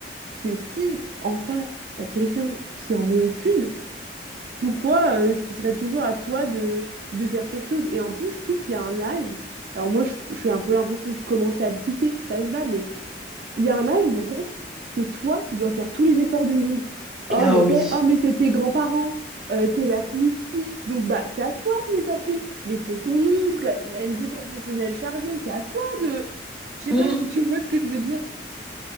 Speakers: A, on the right; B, in the centre.
A: que si en face, t'as quelqu'un qui en met aucune, pourquoi euh, ce serait toujours à toi de, de faire quelque chose? Et en plus, je trouve qu'il y a un âge. Alors, moi, je, je fais un peu l'impression de commencer à le quitter, cet âge-là, mais il y a un âge où en fait, c'est toi qui dois faire tous les efforts du monde. Oh,
B: Et ah
A: mais
B: oui,
A: tu sais, oh, mais c'est tes grands-parents, euh, t'es la plus petite, donc bah c'est à toi de les appeler. Mais c'est ton oncle, il a une vie professionnelle chargée, c'est à toi de. Je sais
B: oui.
A: pas si tu vois ce que je veux dire.